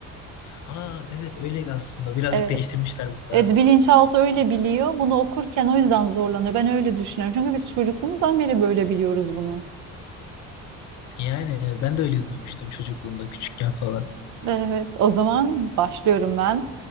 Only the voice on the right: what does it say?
Evet.
Evet bilinçaltı öyle biliyor. Bunu okurken o yüzden zorlanıyor. Ben öyle düşünüyorum. Çünkü biz çocukluğumuzdan beri böyle biliyoruz bunu.
Evet, o zaman başlıyorum ben.